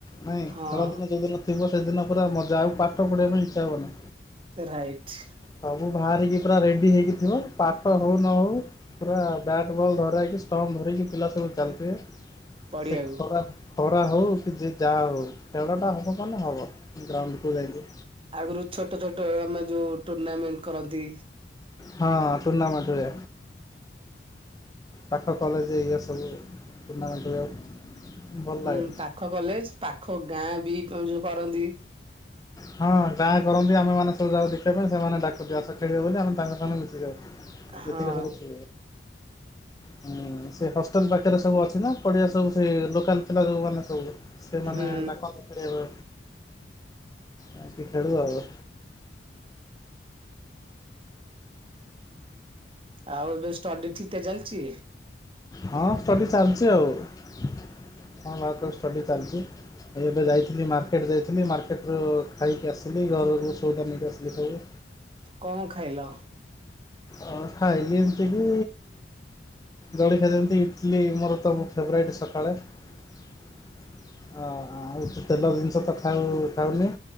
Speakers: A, on the left; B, on the right.
A: ନାଇଁ
B: ହଁ
A: ଖେଳ ଦିନ ଯଉଦିନ ଥିବ ସେଦିନ ପୁରା ମଜା ଆଉ ପାଠ ପଢ଼ିବା ପାଇଁ ଇଚ୍ଛା ହବନି।
B: ରାଇଟ୍
A: ସବୁ ବାହାରିକି ପୁରା ରେଡ଼ି ହେଇକି ଥିବ ପାଠ ହଉ ନ ହଉ ପୁରା ବ୍ୟାଟ୍ ବଲ୍ ଧରା ହେଇକି ଷ୍ଟମ୍ପ ଧରିକି ପିଲା ସବୁ ଚାଲିଥିବେ
B: ପଡିଆକୁ।
A: ସେ ଖରା ଖରା ହଉ କି ଯି ଯାହା ହଉ। ଖେଳଟା ହବ‌ ମାନେ ହବ ଗ୍ରାଉଣ୍ଡକୁ ଯାଇଁକି।
B: ଆଗରୁ ଛୋଟ ଛୋଟ ଆମେ ଯୋଉ ଟୁର୍ନାମେଣ୍ଟ କରନ୍ତି।
A: ହଁ ଟୁର୍ନାମେଣ୍ଟେ। ପାଖ କଲେଜ ଜେଇ ଗିଆ ସବୁ ଟୁର୍ନାମେଣ୍ଟ ହୁଏ। ଭଲ
B: ହୁଁ
A: ଲାଗେ।
B: ପାଖ କଲେଜ ପାଖ ଗାଁ ବି ତମେ ଯୋଉ କରନ୍ତି।
A: ହଁ ଗାଁ କରନ୍ତି ଆମେ ମାନେ ସବୁ ଯାଉ ଦେଖିବା ପାଇଁ ସେମାନେ ଡାକନ୍ତି ଆସ ଖେଳିବ ବୋଲି ଆମେ ତାଙ୍କ ସାଙ୍ଗେ ମିଶି ଯାଉ।
B: ହଁ
A: ଯେତିକ ଖେଳିଚୁ। ହୁଁ ସେ ହଷ୍ଟେଲ ପାଖରେ ସବୁ ଅଛି ନା ପଡିଆ ସବୁ ସେ ଲୋକାଲ ପିଲା ଯଉ ମାନେ ସବୁ। ସେମାନେ
B: ହୁଁ
A: ଡାକନ୍ତି ଖେଳିବା। ଆଉ କିି ଖେଳୁ ଆଉ।
B: ଆଉ ଏବେ ଷ୍ଟଡି ଠିକ ଠାକ୍ ଚାଲିଛି?
A: ହଁ ଷ୍ଟଡ଼ି ଚାଲିଛି ଆଉ କଣ ବାକୁ ଷ୍ଟଡ଼ି ଚାଲିଛି। ଏବେ ଯାଇଥିଲି ମାର୍କେଟ ଯାଇଥିଲି ମାର୍କେଟରୁ ଖାଇକି ଆସିଲି ଘର କୁ ସଉଦା ନେଇକି ଆସିଲି ସବୁ।
B: କଣ ଖାଇଲ?
A: ଅ ଖାଇଲିି ଏମିତି ବି। ଜଳିଖିଆ ଯେମିତି ଇଟିଲୀ ମୋର ତ ଫେବରେଟ୍ ସକାଳେ। ଅ ଆଉ ତ ତେଲ ଜିନିଷ ତ ଖାଉ ଖାଉନି।